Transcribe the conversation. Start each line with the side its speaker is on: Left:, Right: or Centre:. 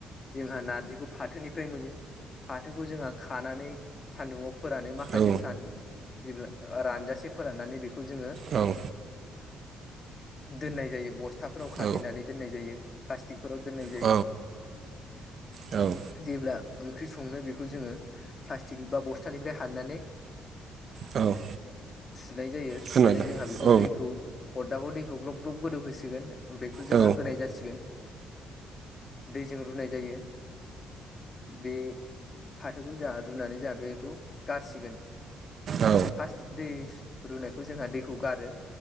Left: जोंहा नारजिखौ फाथोनिफ्राय मोनो फाथोखौ जोंहा खानानै सानदुंआव फोरानो माखासे
Right: औ
Left: सान जेब्ला रानजासे फोराननानै बेखौ जोङो
Right: औ
Left: दोननाय जायो बस्थाफोराव खाथेनानै
Right: औ
Left: दोननाय जायो प्लास्टिकफोराव दोननाय जायो
Right: औ औ
Left: जेब्ला ओंख्रि संनो बेखौ जोङो प्लास्टिक बा बस्थानिफ्राय हाननानै
Right: औ
Left: सुनाय जायो सुनानै
Right: खोनादों
Left: जोंहा बे बे
Right: औ
Left: दैखौ अरदाबाव दैखौ ग्लब ग्लब गोदौ होसिगोन बेखौ जोंहा
Right: औ
Left: होनाय जासिगोन दैजों रुनाय जायो। बे फाथोखौ जों रुनानै जों बेखौ गारसिगोन
Right: औ
Left: फार्स्ट दै रुनायखौ जोंहा दैखौ गारो